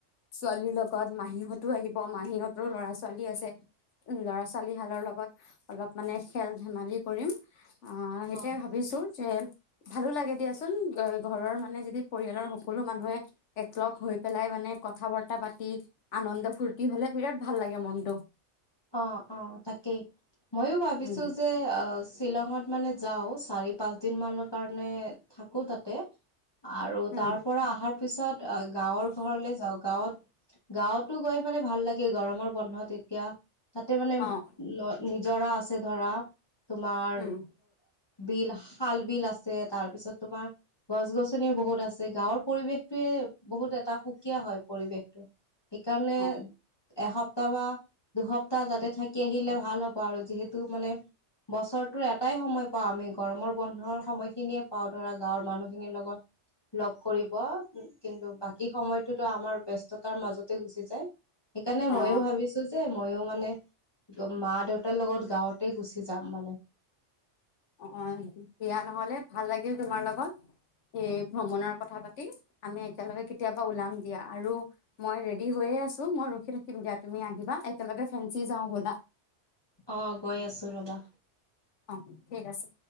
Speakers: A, on the left (about 75°); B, on the left (about 20°).
A: ছোৱালীৰ লগত মাহীহঁতো আহিব মাহীহঁতৰো ল'ৰা-ছোৱালী আছে। উম, ল'ৰা-ছোৱালী হালৰ লগত অলপ। মানে খেল-ধেমালি কৰিম সেইটোৱেই
B: অ
A: ভাবিছোঁ। যে ভালো লাগে দিয়াচোন, ঘৰৰ মানে যদি পৰিয়ালৰ সকলো মানুহে একলগ হৈ পেলাই মানে কথা বাৰ্তা পাতি আনন্দ ফূৰ্তি হ'লে বিৰাট ভাল লাগে মনটো।
B: অ', অ', তাকেই ময়ো ভাবিছো
A: উম,
B: যে অ' শ্বিলঙত মানে যাওঁ চাৰি পাঁচ দিন মানৰ কাৰণে থাকো তাতে। আৰু
A: উম,
B: তাৰ পৰা অহাৰ পিছত গাঁৱৰ ঘৰলৈ যাওঁ, গাঁৱত গাঁৱতো গৈ মানে ভাল লাগে, গৰমৰ বন্ধত এতিয়া তাতে মানে
A: অ',
B: ন জৰা আছে ধৰা তোমাৰ
A: উম,
B: বিল-শাল বিল আছে তাৰপিছত তোমাৰ গছ-গছনি বহুত আছে, গাঁৱৰ পৰিৱেশটোৱে বহুত এটা সুকীয়া হয় পৰিৱেশটো। সেইকাৰণে
A: অ',
B: এসপ্তাহ বা দুসপ তাতে থাকি আহিলে ভাল হ'ব আৰু যিহেতু মানে বছৰটোৰ এটাই সময় পাওঁ, আমি গৰমৰ বন্ধৰ সময়খিনিয়ে পাওঁ ধৰা গাঁৱৰ মানুহখিনিৰ লগত। লগ কৰিব, কিন্তু বাকী সময়তোতো আমাৰ ব্যস্ততাৰ মাজতে গুচি <unintelligible> সেইকাৰণে ময়ো
A: অ',
B: ভাবিছো যে ময়ো মান মানে মা-দেউতাৰ লগত গাঁৱতে গুচি যাম মানে
A: অ', দিয়া নহ'লে ভাল লাগিল তোমাৰ লগত। এই ভ্ৰমণৰ কথা পাতি আমি একেলগে কেতিয়াবা ওলাম দিয়া, আৰু মই ৰেডি হৈ <unintelligible> আছো মই ৰখি থাকিম দিয়া তুমি আহিবা একেলগে ফেঞ্চি যাওঁ ব'লা।
B: অ', গৈ আছোঁ ৰ'বা।
A: অ', ঠিক আছে।